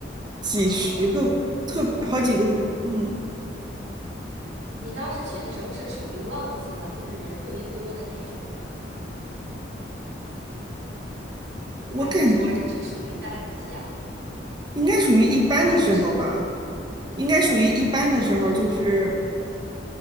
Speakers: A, on the right; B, on the right.
A: 哦，
B: 几十个，特好几个国，
A: 当时
B: 嗯，
A: 你当时去的时候是属于旺季吗？就是人特别多的那种，
B: 我感觉
A: 还是说就是属于淡季啊？
B: 应该属于一般的时候吧，
A: 啊，你说。
B: 应该属于一般的时候，
A: 哦，
B: 就是